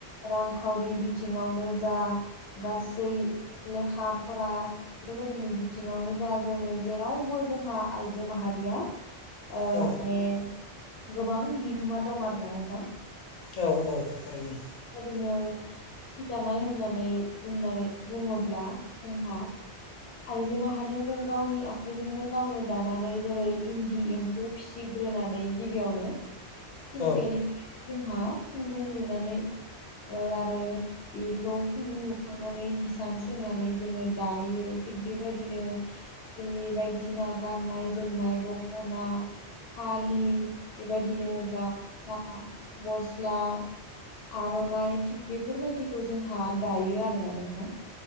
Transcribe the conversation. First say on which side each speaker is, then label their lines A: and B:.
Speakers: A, on the left (about 70°); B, on the left (about 45°).
A: रांखावरि बिथिङावनो जा गासै लेखा फरा बेफोरबायदिनि बिथिङावनो जा जोङो जेरावबो जोंहा आइजो माहारिया ओ
B: औ
A: माने गोबां बिहोमा दं आरोना नोंथां
B: औ औ थारैनो
A: बिदिनो सि दानाय होननानै बुंनानै बुङोब्ला जोंहा आइजो माहारिया जों गावनि आखाइजोंनो गावनो दानानै जेरै इनदि एमफौ फिसिग्रोनानै गिबियावनो थिग
B: औ
A: बेनिफ्राय जोंहा खुनदुं लुनानै आरो बेखौ खुनदुं लुखांनानै हिसान सोंनानै जोङो दायो थिग बेबायदिनो जोंनि बायदिसिना गाननाय जोमनाय द खना फालि बेबायदिनो गाम सा गस्ला आर'नाइ थिग बेफोरबायदिखौ जोंहा दायो आरोना नोंथां